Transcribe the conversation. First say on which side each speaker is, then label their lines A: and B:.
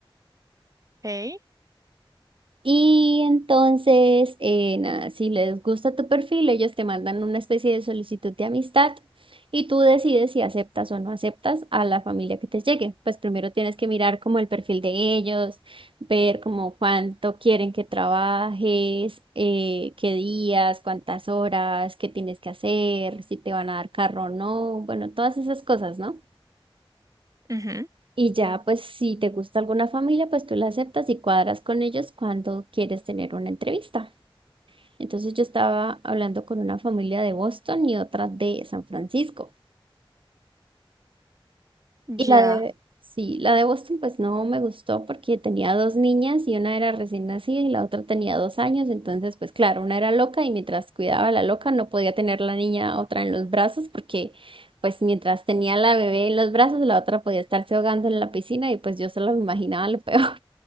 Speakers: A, on the right (about 40°); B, on the right (about 65°).
A: Ok,
B: Y entonces, eh, nada, si les gusta tu perfil, ellos te mandan una especie de solicitud de amistad y tú decides si aceptas o no aceptas a la familia que te llegue. Pues primero tienes que mirar como el perfil de ellos, ver como cuánto quieren que trabajes, eh, qué días, cuántas horas, qué tienes que hacer, si te van a dar carro o no, bueno, todas esas cosas, ¿no?
A: ujú,
B: Y ya, pues si te gusta alguna familia, pues tú la aceptas y cuadras con ellos cuando quieres tener una entrevista. Entonces yo estaba hablando con una familia de Boston y otra de San Francisco.
A: Ya.
B: Y la de, sí, la de Boston pues no me gustó porque tenía dos niñas y una era recién nacida y la otra tenía dos años. Entonces pues claro, una era loca y mientras cuidaba a la loca no podía tener la niña otra en los brazos porque pues mientras tenía la bebé en los brazos la otra podía estarse ahogando en la piscina y pues yo solo me imaginaba lo peor.